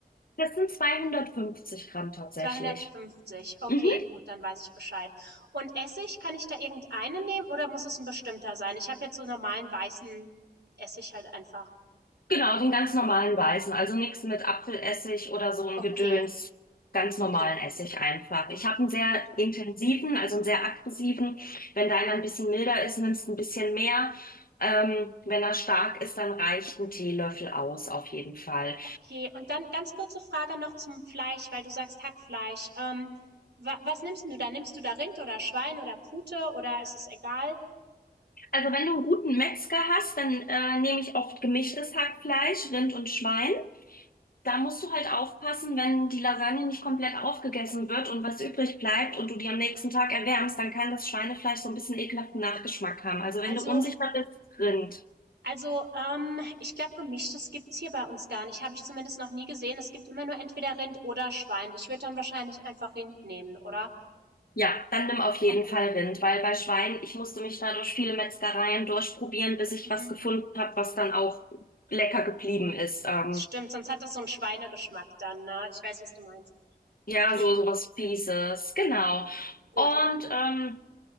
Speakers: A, on the left (about 60°); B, on the right (about 85°).
A: Das sind 250 Gramm tatsächlich.
B: 250, okay,
A: Mhm.
B: gut, dann weiß ich Bescheid. Und Essig, kann ich da irgendeinen nehmen oder muss es ein bestimmter sein? Ich habe jetzt so normalen weißen Essig halt einfach.
A: Genau, den ganz normalen weißen, also nichts mit Apfelessig oder so ein
B: Okay,
A: Gedöns, ganz normalen
B: okay,
A: Essig einfach. Ich habe einen sehr
B: gut.
A: intensiven, also einen sehr aggressiven. Wenn deiner ein bisschen milder ist, nimmst du ein bisschen mehr. Ähm, wenn er stark ist, dann reicht ein Teelöffel aus, auf jeden Fall.
B: Okay, und dann ganz kurze Frage noch zum Fleisch, weil du sagst Hackfleisch. Ähm, wa was nimmst denn du da? Nimmst du da Rind oder Schwein oder Pute oder ist es egal?
A: Also wenn du einen guten Metzger hast, dann äh, nehme ich oft gemischtes Hackfleisch, Rind und Schwein. Da musst du halt aufpassen, wenn die Lasagne nicht komplett aufgegessen wird und was übrig bleibt und du die am nächsten Tag erwärmst, dann kann das Schweinefleisch so ein bisschen ekelhaften Nachgeschmack haben. Also wenn
B: Also,
A: du unsicher bist, Rind.
B: also, ähm, ich glaube, gemischtes gibt's hier bei uns gar nicht. Habe ich zumindest noch nie gesehen. Es gibt immer nur entweder Rind oder Schwein. Ich würde dann wahrscheinlich einfach Rind nehmen, oder?
A: Ja, dann nimm auf jeden
B: Okay.
A: Fall Rind, weil bei Schwein, ich musste mich da durch viele Metzgereien durchprobieren, bis ich
B: Mhm.
A: was gefunden habe, was dann auch lecker geblieben ist. Ähm,
B: Stimmt, sonst hat das so einen Schweinegeschmack dann, ne? Ich weiß, was du meinst.
A: ja,
B: Okay,
A: so, so was Fieses, genau.
B: gut.
A: Und ähm,